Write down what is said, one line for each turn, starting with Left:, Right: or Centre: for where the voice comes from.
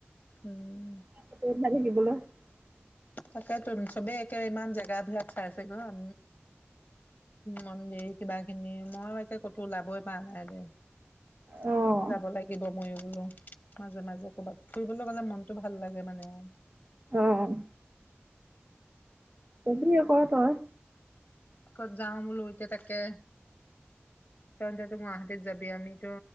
Left: হম।
Right: <unintelligible>
Left: তাকেটো চবেই একে ইমান জেগাবিলাক চাইছেগৈ এহ মন্দিৰ কিবা খিনি মই একে ক'তো ওলাবই পাৰা নাই দেই।
Right: অঁ
Left: হম, যাব লাগিব। ময়ো বোলো মাজে মাজে ক'বাত, ফুৰিবলৈ গ'লে মনটো ভাল লাগে মানে আৰু।
Right: অ'। কবি আকৌ তই।
Left: ক'ত যাও বোলো, এতিয়া তাকে তহটেতো গুৱাহাতীত যাবি আমিতো